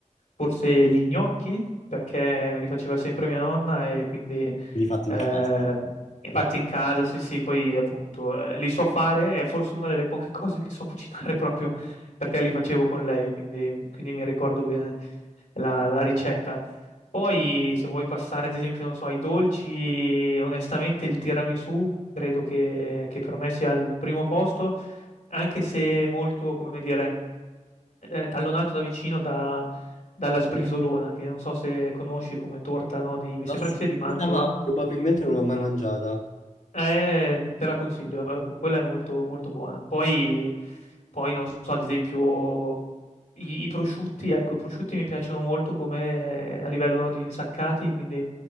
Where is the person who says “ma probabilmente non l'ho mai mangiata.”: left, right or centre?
Left